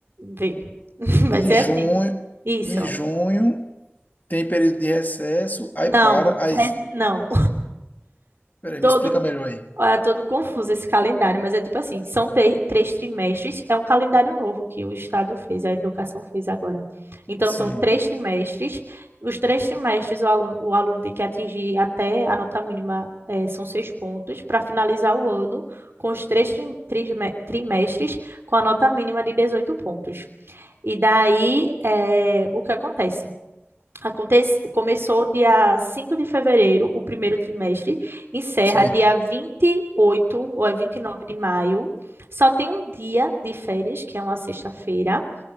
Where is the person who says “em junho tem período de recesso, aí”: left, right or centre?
Left